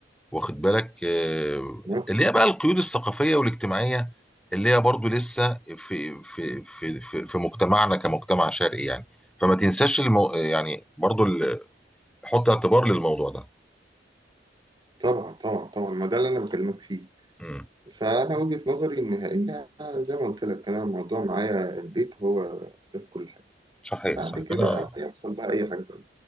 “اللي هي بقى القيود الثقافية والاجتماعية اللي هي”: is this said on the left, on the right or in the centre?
Centre